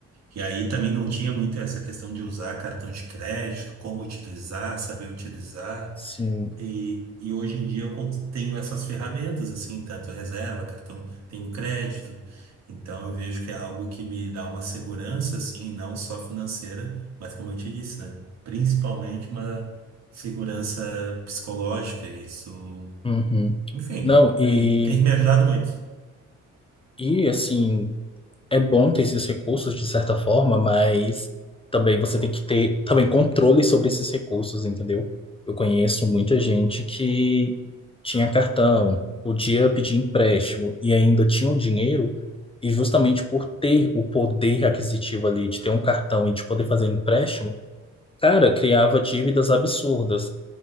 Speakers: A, on the right (about 60°); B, on the left (about 20°).
A: E aí também não tinha muito essa questão de usar cartão de crédito, como utilizar, saber utilizar.
B: Sim.
A: E, e hoje em dia eu con- tenho essas ferramentas, assim, tanto reserva, cartão, tenho crédito. Então eu vejo que é algo que me dá uma segurança, assim, não só financeira, mas como eu te disse, né? Principalmente uma segurança psicológica. Isso,
B: Uhum.
A: enfim,
B: Não, e
A: tem, tem me ajudado muito.
B: E assim, é bom ter esses recursos de certa forma, mas também você tem que ter também controle sobre esses recursos, entendeu? Eu conheço muita gente que tinha cartão, podia pedir empréstimo e ainda tinha o dinheiro, e justamente por ter o poder aquisitivo ali de ter um cartão e de poder fazer empréstimo, cara, criava dívidas absurdas.